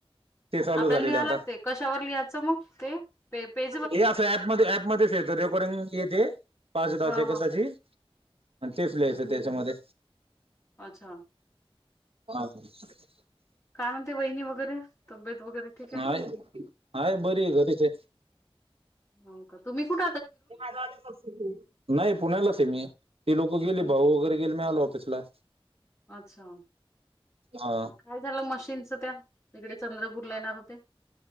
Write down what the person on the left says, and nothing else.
आपल्याला
लिहाय
लागते कशावर लिहायचं मग ते पे पे.
हा
हा
अच्छा.
काय म्हणते वहिनी वगैरे तब्येत वगैरे ठीक आहे.
हाव का, तुम्ही कुठ
पण
अच्छा,
काय झालं मशीनच त्या तिकडे चंद्रपूर ला येणार होते.